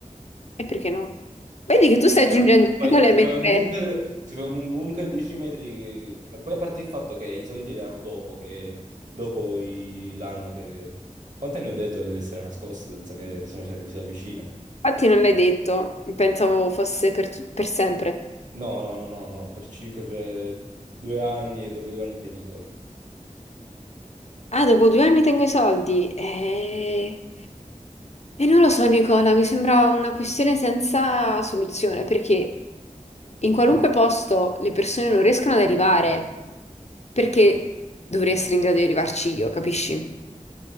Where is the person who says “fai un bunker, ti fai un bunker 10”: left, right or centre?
Right